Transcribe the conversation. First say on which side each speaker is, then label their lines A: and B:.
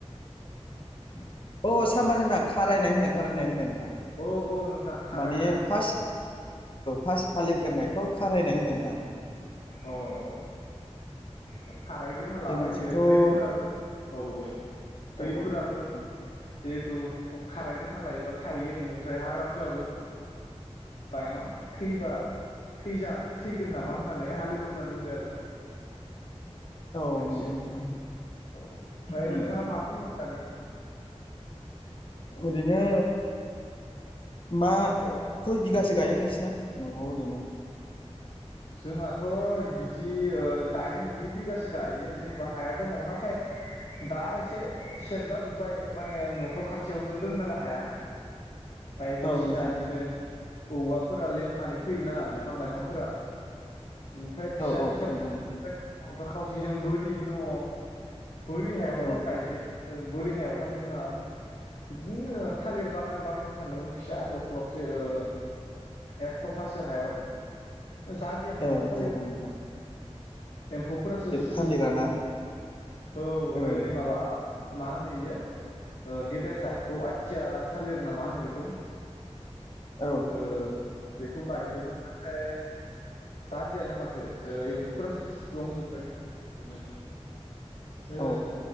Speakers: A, on the left (about 50°); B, on the left (about 75°).
A: अ
B: औ
A: सामबार होना खारायनाय होनो खारायनाय होनो ओं।
B: औ औ नोंथां खारायनाय
A: माने फास
B: औ
A: फास हालेवग्रोनाय -खौ खारायनाय होनो नोंथां।
B: औ औ औ खारायग्रोना लाबाय
A: जोंनिथिंथ' औ
B: दैफोराबो औ औ।
A: औ
B: दैफोराबो
A: औ
B: जिहेथु खारायग्रोना लायोबा थायो इनिफ्राय हाग्राफोराबो बाय मन थैबा थैजा थैगोन नामा होनना। हालएवग्रोननानै दोनबाय आरो।
A: औ
B: खेबसे
A: नंगौ नोंथां।
B: औ ओमफ्राय
A: उम
B: नोंथाङा मा बुंदोंमोन दानि?
A: ओरैनो मा खय बिगासो गायो नोंसिना? न'आव ओरैनो।
B: जोंहाथ' बिदि ओ दाइन गु बिगासो गायो जेनेबा हाया दङ' नाथाय दा एसे सेबजाजोब्बाय माने न'खर खाथियावनो दों नालाय हाया। बायदिसिना
A: औ नोंथां
B: इदिनो औवाफोरा लेमनानै फैयोना बिफां लाइफांफोरा। इनफाय फिसानि
A: औ औ
B: सायाव
A: नंगौ
B: फिसा
A: नोंथां
B: बेफोरबादिनो खावसेजों बोरिबो दङ'। बोरि हायावथ'
A: औ
B: आरो गायजायानो बोरि हायाव माने जोंआ बिदिनो ओ थालिर बागान बानायनो सानदोंमोन फिसा दख्ल'बसे ओ एक क'थासो हायाव जादियानो
A: ए
B: माथो थालिर
A: औ औ नोंथां
B: एम्फौफोरासो सुजोब
A: थालिरा ना
B: औ ओइ
A: ओ
B: माबा मा होनो इयो ओ गेदेर जातखौ आथिया थालिर नामा होनो बेखौ?
A: औ
B: ओ बेखौ गायदोंमोन नाथाय जादियानो माथो ओ एम्फौफोरासो सुफ्लंजोब्बाय बेफोरखौनो। ओ
A: औ